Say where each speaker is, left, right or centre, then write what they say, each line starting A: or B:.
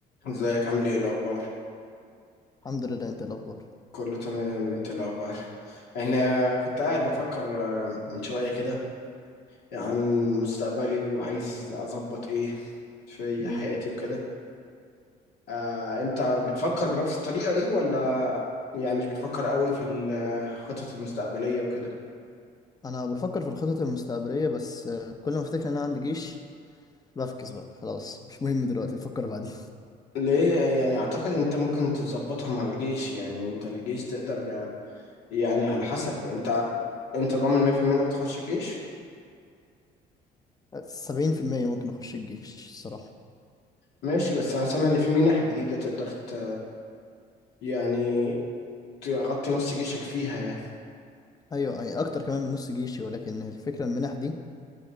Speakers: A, on the left; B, on the left.
A: ازيك عامل ايه الاخبار
B: الحمد لله انت إيه الاخبار
A: كله تمام انت إيه الاخبار انا كنت قاعد بفكر آه، من شويه كده عن مستقبلي وعايز اظبط ايه في
B: مم.
A: حياتي وكده آه، انت بتفكر بنفس الطريقه دي ولا يعني مش بتفكر قوي في الخطط المستقبليه وكده
B: انا بفكر في الخطط المستقبليه بس آه، كل ما افتكر ان انا عندي جيش بفكس بقى خلاص مش مهم دلوقتي نفكر بعدين
A: ليه يعني اعتقد انت ممكن تظبطها مع الجيش يعني انت الجيش تقدر آه، يعني على حسب انت انت ضامن 100% انك تخش الجيش
B: <laughs> سبعين في المية ممكن اخش الجيش الصراحه
A: ماشي بس انا سامع ان في منح جديده تقدر ت... يعني تغطي نص جيشك فيها يعني
B: ايوه اي اكتر كمان من نص جيشي ولكن الفكره المنح دي